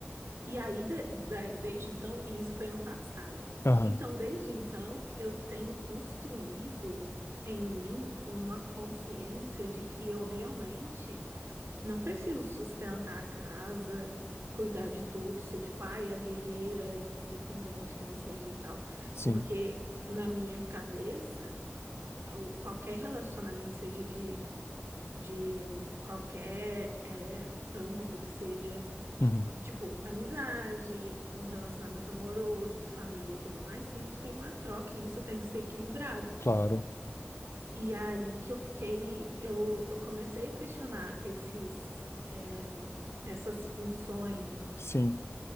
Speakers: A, on the right; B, on the left.
A: E aí, de- da- desde então, e isso foi ano passado.
B: aham,
A: Então, desde então, eu tenho construído em mim uma consciência de que eu realmente não preciso sustentar a casa, cuidar de tudo, ser tipo, ai, a guerreira, independente, que não sei o que e tal.
B: sim.
A: Porque na minha cabeça, o- qualquer relacionamento, seja de, de hum, qualquer é, âmbito que seja,
B: Uhum,
A: tipo, amizade, um relacionamento amoroso, de família e tudo mais, sempre tem uma troca e isso tem que ser equilibrado.
B: claro,
A: E aí que eu fiquei, eu, eu comecei a questionar esses, eh, essas funções
B: sim.